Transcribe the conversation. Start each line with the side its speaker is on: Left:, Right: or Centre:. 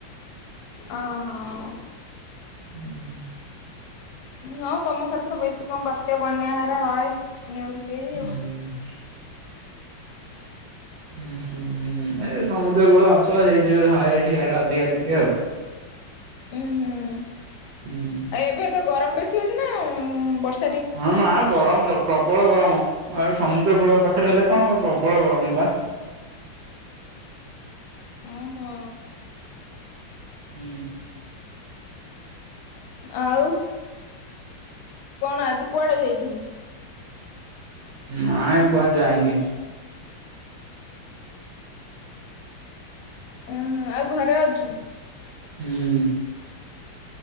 Left: ଅ ହଁ
Right: <inaudible>
Left: ହଁ ତମର ସେଠି ତ ବେଶୀ କଣ ବାତ୍ୟା ବନ୍ୟାଆରା ହଏ ନ୍ୟୁଜ୍ ଦେଇ
Right: ହୁଁ
Left: ଆଉ
Right: ହୁଁ ହୁଁ ମାନେ ସମୁଦ୍ର କୂଳ ଅଞ୍ଚଳରେ ଯୁଆଡ଼େ ହ ଏଇଠିଆ ଟା ଅଧିକା ଟିକେ ଆଉ
Left: ହୁଁ ହୁଁ
Right: ହୁଁ
Left: ଏବେ ଏବେ ଗରମ ବେଶି ବେଶୀ ହଉଛିନା ବର୍ଷ
Right: ହଁ ମା ଗରମ ଜବ ପ୍ରବଳ ଗରମ ଆଉ ସମୁଦ୍ର କୂଳ ପାଖରେ ହେଲେ କଣ ହବ ପ୍ରବଳ ଗରମ ବା
Left: ଓହୋ
Right: ହୁଁ
Left: ଆଉ କଣ ଆଜି କୁଆଡେ ଯାଇଥିଲୁ?
Right: ନାଇଁ କୁଆଡେ଼ ଯାଇନି।
Left: ଅ ହୋ ଆଉ ଘରେ ଅଛୁ।
Right: ହୁଁ